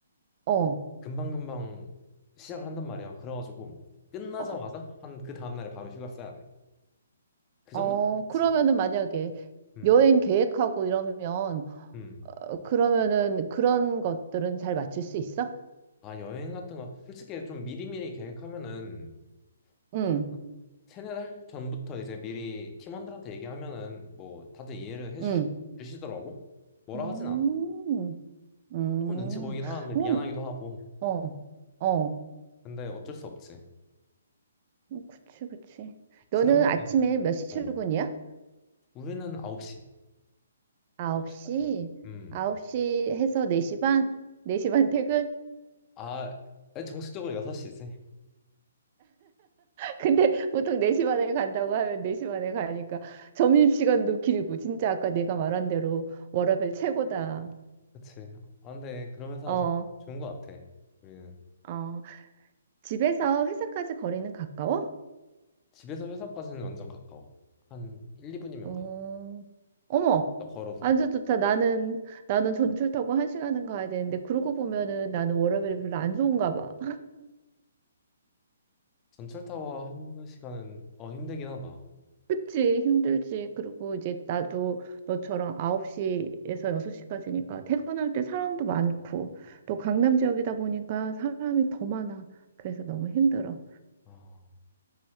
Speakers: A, on the right; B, on the left.
A: 어,
B: 금방금방 시작을 한단 말이야. 그래가지고 끝나자마자
A: 어,
B: 한 그 다음날에 바로 휴가 써야 돼. 그
A: 어,
B: 정도면
A: 그러면은
B: 그치.
A: 만약에
B: 음,
A: 여행 계획하고 이러면,
B: 음.
A: 어, 그러면은 그런 것들은 잘 맞출 수 있어?
B: 아, 여행 같은 거, 솔직히 좀 미리미리 계획하면은,
A: 응,
B: 한 세네 달 전부터 이제 미리 팀원들한테 얘기하면은, 뭐, 다들 이해를
A: 응,
B: 해주시더라고? 뭐라
A: 음,
B: 하진 않아.
A: 음,
B: 조금 눈치 보이긴 하는데,
A: 어,
B: 미안하기도 하고.
A: 어, 어, 어,
B: 근데 어쩔 수 없지.
A: 그치, 그치. 너는
B: 지난번에,
A: 아침에 몇 시 출근이야?
B: 어, 우리는 9시.
A: 9시?
B: 9시까지. 음.
A: 9시 해서 4시 반? 4시 반 퇴근?
B: 아, 정식적으로 6시지.
A: 근데 보통 4시 반에 간다고 하면 4시 반에 가니까 점심시간도 길고 진짜 아까 내가 말한 대로 워라밸 최고다.
B: 그치. 아, 근데 그런 회사
A: 어,
B: 정, 좋은 거 같아. 우리는.
A: 어. 집에서 회사까지 거리는 가까워?
B: 집에서 회사까지는 완전 가까워. 한 1, 2분이면
A: 어,
B: 가.
A: 어머.
B: 걸어서.
A: 완전 좋다. 나는 나는 전철 타고 한 시간은 가야 되는데 그러고 보면은 나는 워라밸이 별로 안 좋은가 봐.
B: 전철 타워 한 시간은 어 힘들긴 하다.
A: 그치, 힘들지. 그리고 이제 나도 너처럼 9시에서 6시까지니까 퇴근할 때 사람도 많고, 또 강남 지역이다 보니까 사람이 더 많아. 그래서 너무 힘들어.
B: 아,